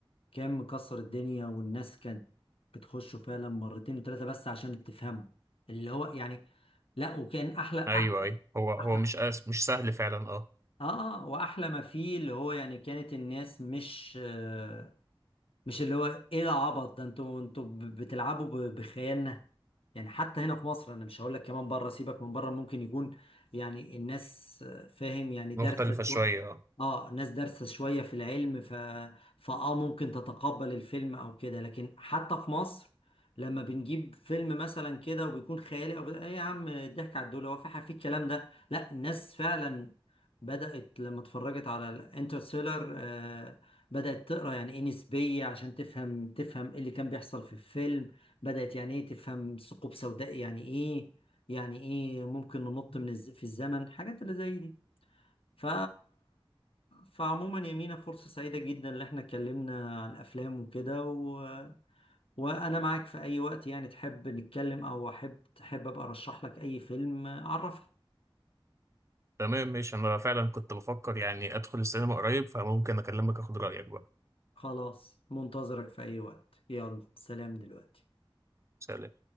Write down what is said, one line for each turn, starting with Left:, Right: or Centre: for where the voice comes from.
Left: كان مكسر الدنيا والناس كانت بتخشه فعلا مرتين وثلاثة بس عشان تفهمه اللي هو يعني لا وكان أحلى أحلى
Right: ايوه ايوه هو هو
Left: أحلى
Right: مش أس... مش سهل فعلا اه
Left: آه آه، وأحلى ما فيه اللي هو يعني كانت الناس مش آه، مش اللي هو ايه ده عبط ده انتوا انتوا ب- بتلعبوا ب- بخيالنا يعني حتى هنا في مصر انا مش هقول لك كمان بره سيبك من بره ممكن يكون يعني الناس آه، فاهم يعني
Right: مختلفة
Left: دارسه
Right: شوية
Left: شويه
Right: اه
Left: اه الناس دارسه شويه في العلم ف فاه ممكن تتقبل الفيلم او كده لكن حتى في مصر لما بنجيب فيلم مثلا كده وبيكون خيالي او ايه يا عم الضحك على الدول هو في حاجه في الكلام ده لا الناس فعلا بدأت لما اتفرجت على الانترستيلر آه، بدأت تقرا يعني ايه نسبية عشان تفهم تفهم ايه اللي كان بيحصل في الفيلم بدأت يعني ايه تفهم ثقوب سوداء يعني ايه يعني ايه ممكن ننط من الز... في الزمن حاجات اللي زي دي ف فعموما يا مينا فرصة سعيدة جدا اللي احنا اتكلمنا عن افلام وكده و... وانا معاك في اي وقت يعني تحب نتكلم او احب تحب ابقى ارشح لك اي فيلم عرفني
Right: تمام ماشي انا فعلا كنت بفكر يعني ادخل السينما قريب فممكن اكلمك اخد رأيك بقى
Left: خلاص منتظرك في اي وقت يلا سلام دلوقتي
Right: سلام